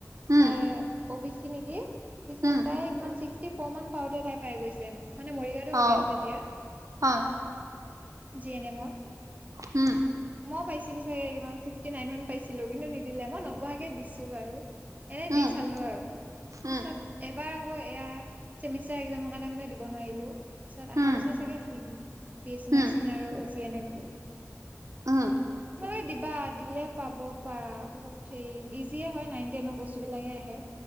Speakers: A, on the right; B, on the right.
A: উম
B: তাই। অ' বি চি নেকি পিছত
A: উম
B: তাই কিমান ছিক্সটি ফ'ৰ মান পাওঁতে তাই পাই গৈছে মানে মৰিগাঁৱতে কৰি
A: অ
B: আছে এতিয়া
A: অ
B: জি এন এমত
A: উম
B: মই পাইছিলো চাগে ফিফটি নাইন মান পাইছিলো কিন্তু নিদিলে মই নবহাকে দিছো বাৰু এনে
A: উম
B: দি চালো আৰু পিছত
A: উম
B: এবাৰ আকৌ এয়া চেমিষ্টাৰ এক্সাম ৰ কাৰণে মানে দিব নোৱাৰিলো পিছত অহা
A: উম
B: বছৰ চাগে দিম। বি এছ চি
A: উম
B: নাৰ্ছিং আৰু জি এন এম
A: উম
B: পঢ়ি দিবা দিলে পাব পাৰা বহুত হেৰি ইজিয়ে হয় নাইনটেনৰ বস্তু বিলাকে আহে।